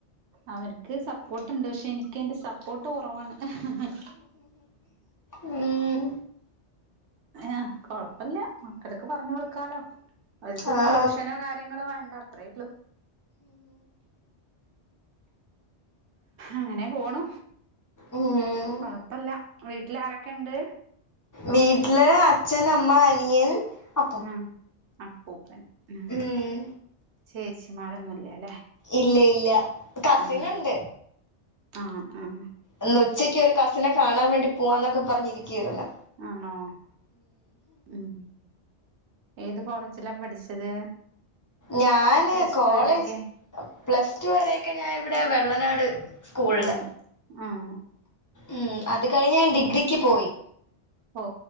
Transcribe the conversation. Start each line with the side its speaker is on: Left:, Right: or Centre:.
Right: അവര്ക്ക് സപ്പോർട്ട്ണ്ട് പക്ഷെ എനിക്ക് എന്റെ സപ്പോർട്ട് കൊറവാണ് <unintelligible>
Left: ഉം
Right: ആഹ് കൊഴപ്പില്ല മക്കള്ക്ക് പറഞ് കൊടുക്കാലോ അവാക്കൊരു
Left: ആഹ്
Right: ട്യൂഷനോ കാര്യങ്ങളോ വേണ്ട അത്രേ ള്ളു അങ്ങനെ പോണു
Left: ഉം
Right: കൊഴപ്പല്ല വീട്ടിൽ ആരൊക്കെ ണ്ട്
Left: വീട്ടില് അച്ഛൻ അമ്മ അനിയൻ അ
Right: ആഹ് അപ്പൂപ്പൻ ആ
Left: ഉം
Right: ചേച്ചിമാരൊന്നുല്ല ല്ലേ
Left: ഇല്ല ഇല്ല കസിനുണ്ട്
Right: ആഹ് ആഹ് ആഹ്
Left: ഇന്ന് ഉച്ചക്ക് ഒരു കസിനെ കാണാൻ വേണ്ടി പോവാന്നൊക്കെ പറഞ്ഞിരിക്കരുന്നു
Right: ആണോ ഉം ഏത് കോളേജിലാ പഠിച്ചത്
Left: ഞാന്
Right: പ്ലസ്
Left: കോളേജ്
Right: ടു വരെയൊക്കെ
Left: പ്ലസ് ടു വരെയൊക്കെ ഞാൻ ഇവിടെ വെള്ളനാട് സ്കൂ ള്ള്
Right: ആഹ് ആഹ്
Left: ഉം അത് കഴിഞ്ഞ് ഞാൻ ഡിഗ്രിക്ക് പോയി
Right: ഹോ